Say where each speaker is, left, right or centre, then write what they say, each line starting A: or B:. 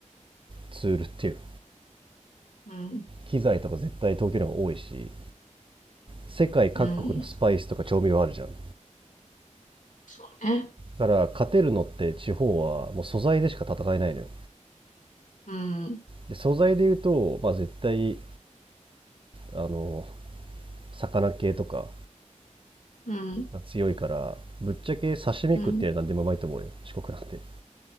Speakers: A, on the right; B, on the left.
A: ツールっていうの。
B: うん、
A: 機材とか絶対東京の方が多いし、世界各国のスパイスとか調味料あるじゃん。
B: うん。
A: だ
B: そうね。
A: から勝てるのって地方はもう素材でしか戦えないのよ。
B: うん、
A: で、素材で言うと、まあ絶対、あの、魚系とか
B: うん、
A: が強いから、ぶっちゃけ刺身食って何でもうまいと思うよ。
B: うん。
A: 四国なんて。